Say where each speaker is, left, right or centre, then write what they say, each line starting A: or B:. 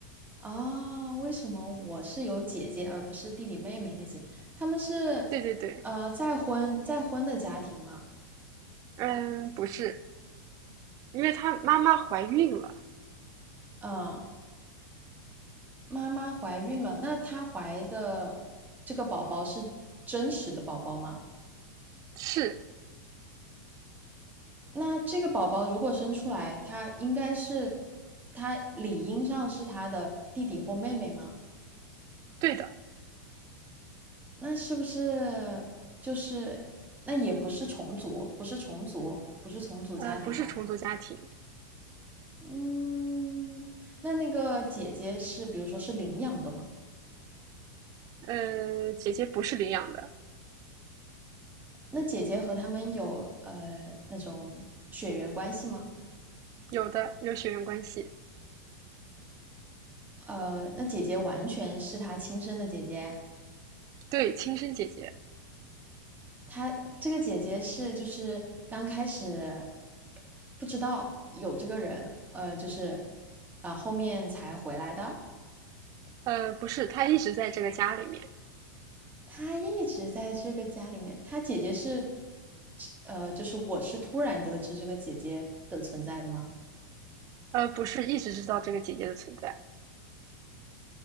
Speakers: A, on the right; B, on the right.
A: 啊，为什么我是有姐姐而不是弟弟妹妹那些？他们是
B: 对对对，
A: 呃再婚再婚的家庭吗？
B: 嗯，不是，因为她妈妈怀孕了，
A: 嗯，妈妈怀孕了，那她怀的这个宝宝是真实的宝宝吗？
B: 是
A: 那这个宝宝如果生出来，他应该是，他理应上是他的弟弟或妹妹吗？
B: 对的，
A: 那是不是就是，那也不是重组，不是重组，不是重组家庭吗？
B: 呃，不是重组家庭，
A: 嗯，那那个姐姐是，比如说是领养的吗？
B: 呃，姐姐不是领养的，
A: 那姐姐和他们有呃那种血缘关系吗？
B: 有的有血缘关系，
A: 呃，那姐姐完全是他亲生的姐姐。
B: 对，亲生姐姐，
A: 她这个姐姐是就是刚开始不知道有这个人，呃，就是呃后面才回来的。
B: 呃，不是，她一直在这个家里面，
A: 她一直在这个家里面。她姐姐是，呃，就是我是突然得知这个姐姐的存在的吗？
B: 呃，不是一直知道这个姐姐的存在，